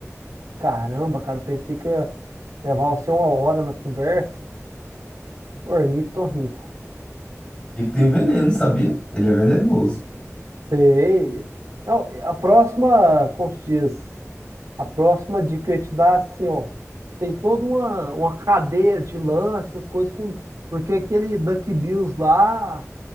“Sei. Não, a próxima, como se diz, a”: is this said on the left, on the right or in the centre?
Right